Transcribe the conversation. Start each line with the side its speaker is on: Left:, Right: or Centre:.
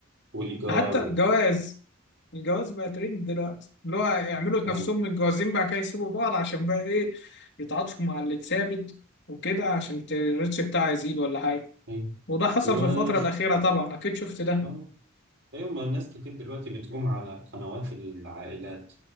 Right: وإيجار
Left: ده حتى
Right: و-
Left: الجواز الجواز بقى ترند دلوقتي اللي هو يعملوا نفسهم
Right: فعلا
Left: متجوزين بقى كده يسيبوا بعض عشان بقى ايه يتعاطفوا مع اللي اتثابت وكده عشان ت- الريتش بتاعه يزيد ولا حاجة
Right: أيوة.
Left: وده حصل
Right: وش
Left: في الفترة الأخيرة طبعا أكيد شفت ده
Right: آه. أيوة ما الناس كتير دلوقتي بتقوم على قنوات العائلات